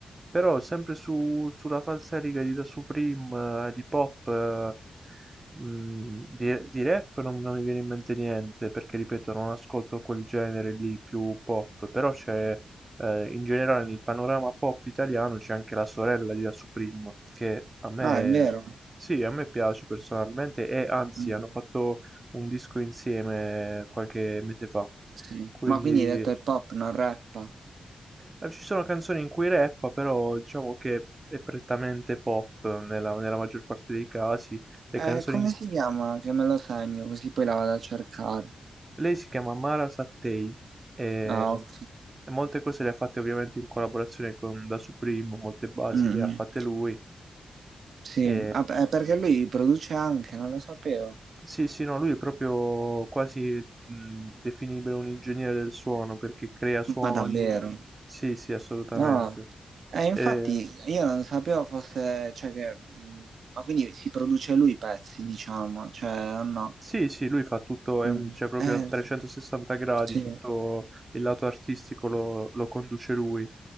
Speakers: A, on the right; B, on the right.
A: Però sempre su- sulla falsariga di Da Supreme, eh, di pop, eh, mh, di, di rap non, non mi viene in mente niente, perché ripeto, non ascolto quel genere lì più pop, però c'è eh, in generale nel panorama pop italiano c'è anche la sorella di La Supreme, che a me,
B: Ah, è vero.
A: sì, a me piace personalmente e anzi
B: Mm,
A: hanno fatto un disco insieme qualche mese fa.
B: sì.
A: Quindi
B: Ma quindi hai detto hip hop, non rap?
A: eh, ci sono canzoni in cui rappa, però diciamo che è prettamente pop nella, nella maggior parte dei casi. Le
B: Eh,
A: canzoni
B: come
A: in-
B: si chiama? Che me lo segno, così poi la vado a cercare.
A: Lei si chiama Mara Sattei e
B: Ah, ok.
A: e molte cose le ha fatte ovviamente in collaborazione con Da Supreme, molte basi
B: Mm, mm.
A: le ha fatte lui.
B: Sì,
A: E...
B: Ah, beh, perché lui produce anche, non lo sapevo.
A: Sì, sì, no, lui è proprio quasi mh, definibile un ingegnere del suono perché crea suoni.
B: Ma davvero?
A: Sì, sì, assolutamente.
B: No. Eh, infatti
A: E...
B: io non sapevo fosse, cioè che... mm, Ma quindi si produce lui i pezzi, diciamo, cioè, o no?
A: Sì, sì, lui fa tutto, è
B: Mm.
A: un- cioè proprio
B: Eh,
A: a 360 gradi,
B: sì.
A: tutto il lato artistico lo, lo conduce lui.